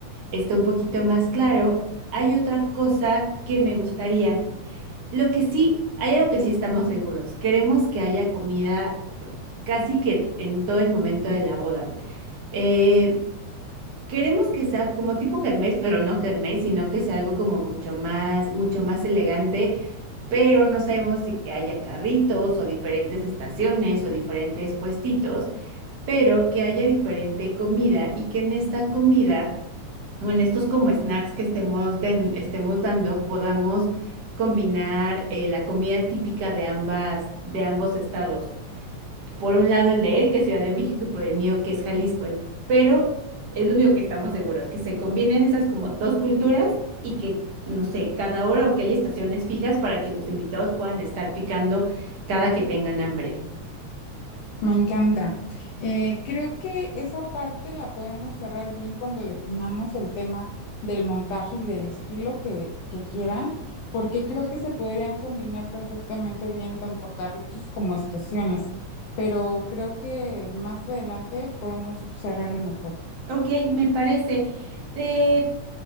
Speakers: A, on the right (about 55°); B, on the left (about 85°).
A: está un poquito más claro. Hay otra cosa que me gustaría. Lo que sí, hay algo que sí estamos seguros. Queremos que haya comida casi que en todo el momento de la boda. Eh, queremos que sea como tipo kermés, pero no kermés, sino que sea algo como mucho más, mucho más elegante, pero no sabemos si que haya carritos o diferentes estaciones o diferentes puestitos pero que haya diferente comida y que en esta comida o en estos como snacks que estemos, den- estemos dando podamos combinar eh, la comida típica de ambas, de ambos estados. Por un lado el de él, que es Ciudad de México, y por el mío, que es Jalisco. En- Pero es lo único que estamos seguros, que se combinen esas como dos culturas y que, no sé, cada hora o que haya estaciones fijas para que los invitados puedan estar picando cada que tengan hambre.
B: Me encanta. Eh, creo que esa parte la podemos cerrar bien cuando definamos el tema del montaje y del estilo que, que quieran, porque creo que se podrían combinar perfectamente bien tanto carritos como estaciones, pero creo que más adelante podemos cerrarlo mejor.
A: Ok, me parece. ¿Te,